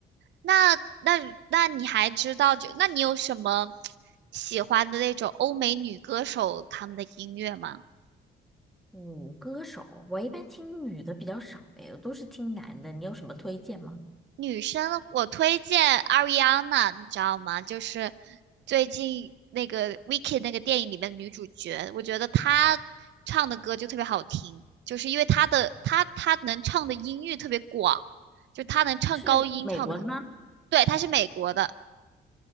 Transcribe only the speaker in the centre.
女歌手，我一般听女的比较少，哎，我都是听男的，你有什么推荐吗？
是美国的吗？